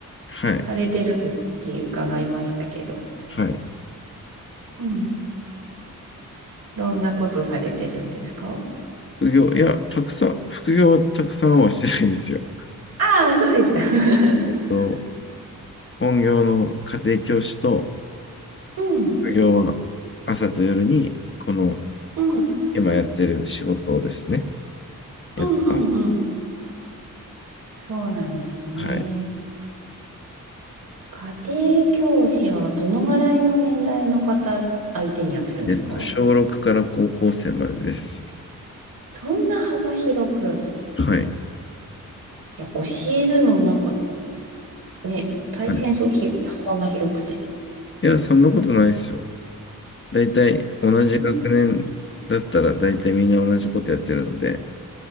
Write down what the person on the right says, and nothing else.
されてるとき伺いましたけど。
うん。どんなことされてるんですか
ああ、そうでした。<laughs>
うん。
うん。
うんうんうん。
そうなんですね。
家庭教師はどのぐらいの年代の方相手にやってるんですか
そんな幅広く、
いや、教えるのなんかね、大変そう、
ひ、幅が広くて。
うん。